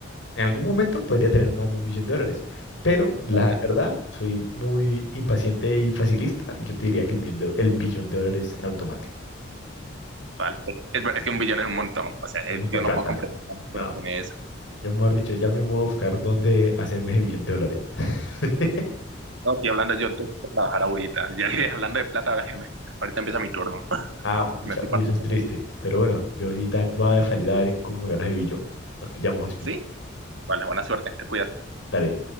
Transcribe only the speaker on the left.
en algún momento podría tener más de un millón de dólares. Pero la
verdad, soy muy impaciente y facilista. Yo te diría que el millón de- el billón de dólares en automático.
Es mucha
plata.
No,
ya mejor dicho, ya mismo voy a buscar dónde hacerme ese billón de dólares. <laughs>
Ah, pues, pucha,
uy,
eso es triste. Pero bueno, yo sí también voy a salir a ver cómo me gana ese billón. Nos pillamos, Hospi.
Dale.